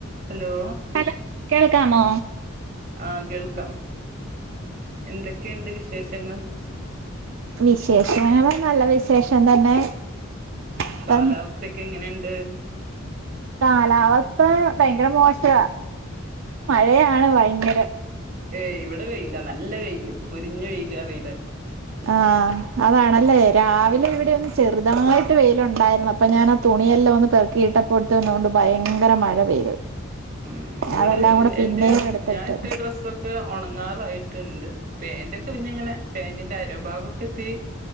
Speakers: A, on the right; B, on the right.
A: Hello,
B: hello കേൾക്കാമോ?
A: ആഹ കേൾക്കാം എന്തൊക്കെയുണ്ട് വിശേഷങ്ങൾ?
B: വിശേഷങ്ങൾ നല്ല വിശേഷം തന്നെ. ഇപ്പം
A: കാലാവസ്ഥക്കെ എങ്ങനെുണ്ട്?
B: കാലാവസ്ഥ ഭയങ്കര മോഷാ. മഴയാണ് ഭയങ്കര.
A: ഏ ഇവിടെ വെയിലാ നല്ല വെയിൽ പൊരിഞ്ഞ വെയിൽ പറിലെ.
B: ആ അതാണല്ലേ? രാവിലെ
A: ആ
B: ഇവിടെ ഒന്ന് ചെറു നന്നായിട്ട് വെയിയിലുണ്ടായിരുന്നു അപ്പൊ ഞാൻ ആ തുണിയെല്ലാം ഒന്ന് പെറുക്കി ഇട്ടപ്പോത്തിനു ഭയങ്കര മഴ പെയ്തു.
A: ഉം ഇവിടെ
B: അതെല്ലാം കൂടെ പിന്നെയും
A: എന്റെ
B: എടുത്തിട്ട്
A: ഞാൻ ഇട്ട ഡ്രസ്സൊക്കെ ഉണങ്ങാറായി. ട്ടണ്ട് പാൻറ്റൊക്കെ പിന്നാങ്ങനെ പാറ്റി ന്റെ അരഭാഗൊക്കെ ഇത്തിരി